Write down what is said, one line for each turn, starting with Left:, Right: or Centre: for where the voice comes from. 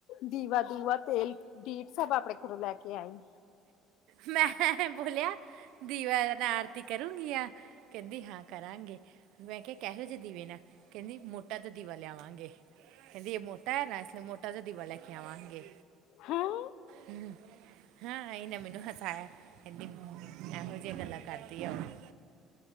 Left: ਦੀਵਾ-ਦੂਵਾ, ਤੇਲ, ਡੀਟ ਸਭ ਆਪਣੇ ਘਰੋਂ ਲੈ ਕੇ ਆਈ।
Right: ਮੈਂ ਬੋਲਿਆ ਦੀਵਾ ਨਾ ਆਰਤੀ ਕਰੂੰਗੀ ਆ। ਕਹਿੰਦੀ ਹਾਂ ਕਰਾਂਗੇ। ਮੈਂ ਕਿਹਾ ਕਹਿਜੋ ਦੀਵੇ ਨਾ, ਕਹਿੰਦੀ ਮੋ ਮੋਟਾ ਜਿਹਾ ਦੀਵਾ ਲਿਆਵਾਂਗੇ। ਕਹਿੰਦੀ ਇਹ ਮੋਟਾ ਐ, ਇਸ ਲ‌ਈ ਮੋਟਾ ਜਿਹਾ ਦੀਵਾ ਲੈ ਕੇ ਆਵਾਂਗੇ,
Left: ਹਾਂ
Right: ਹੂੰ। ਹਾਂ, ਏਨ੍ਹਾਂ ਮੈਨੂੰ ਹਸਾਇਆ। ਕਹਿੰਦੀ ਮਮੀ ਕਿਹੋ-ਜਿਹੀਆਂ ਗੱਲਾਂ ਕਰਦੀ ਆ ਉਹ।